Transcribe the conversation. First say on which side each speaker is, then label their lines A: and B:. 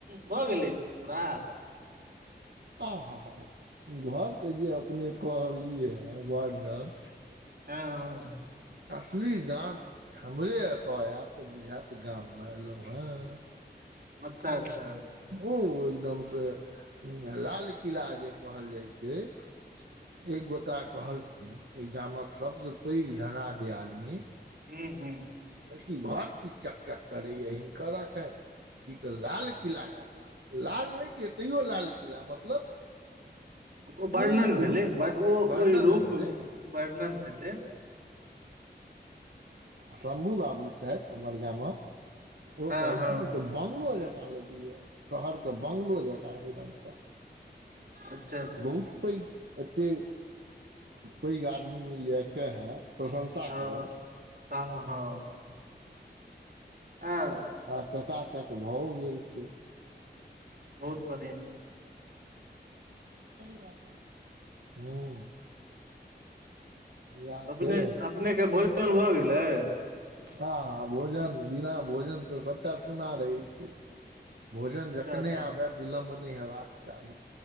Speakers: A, on the right (about 60°); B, on the right (about 75°).
A: भऽ गेलै पूरा।
B: आहाहा घरके जे अपने कहलियै हँ वर्डन
A: हँ हँ।
B: असली जान हमरे एतऽ आएब तऽ बुझायत गाममे एलहुँ हँ।
A: अच्छा अच्छा।
B: ओ एकदम से लाल किला जे कहल जाइ छै एक गोटा कहलखिन एहि गामक सभसँ पैघ ढनाड आदमी
A: हू हू
B: की घर की चकचक करे या हिनकर एखे ई तऽ लाल किला जेका लाल नहि छियै तैयो लाल किला मतलब
A: ओ वर्णन
B: ओहि
A: भेलै
B: रूपमे
A: बट ओ
B: वर्णन
A: ओहि रूप
B: भेलै
A: वर्णन भेलै।
B: शम्भू बाबू छथि हमर गामक ओ
A: हँ
B: कहलकिन
A: हँ
B: तऽ बंगलोज कह लगै शहरके बंगलो जकाँ एकदमसँ।
A: अच्छा अच्छा
B: बहुत पैग एतेक। पैघ आदमीमे लए कऽ हइ प्रशंसा
A: हँ
B: कयलक
A: तऽ हँ। आँ।
B: आ चकाचक भऽ गेल छै।
A: बहुत बढ़िआ।
B: <unintelligible> हूँ इएह
A: अपने
B: छै
A: अपनेके भोजन भऽ गेलै
B: हँ हँ भोजन बिना भोजन तऽ सभटा सुना रहै छै भोजन
A: अच्छा
B: जखने
A: अच्छा
B: आबय विलम्ब नहि हेबाक चाही